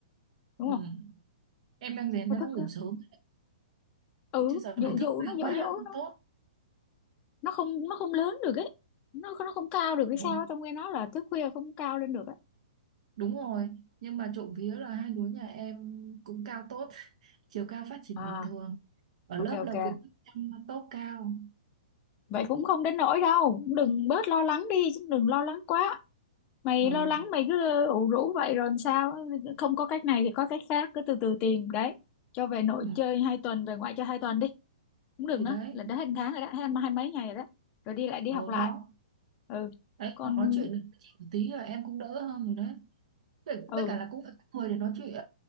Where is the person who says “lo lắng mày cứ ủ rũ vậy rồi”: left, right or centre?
Left